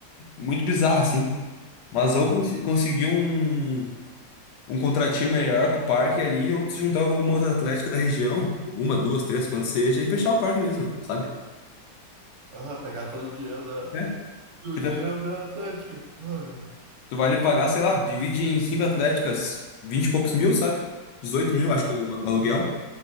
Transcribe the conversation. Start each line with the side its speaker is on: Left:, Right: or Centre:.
Left: muito bizarra, assim. Mas
Right: Aham,
Left: ou cons- conseguir um, um contratinho melhor com o parque ali, ou se juntar com alguma outra atlética da região, uma, duas, três, quanto seja, e fechar o parque mesmo, sabe?
Right: Aham, pegar todo o dinheiro da...
Left: É.
Right: do
Left: Porque
Right: dinheiro
Left: Tu
Right: pra Atlética. Ai.
Left: tu vai lhe pagar, sei lá, divide em cinco atléticas, vinte e poucos mil, sabe? dezoito mil,
Right: Aham.
Left: acho que é o o aluguel.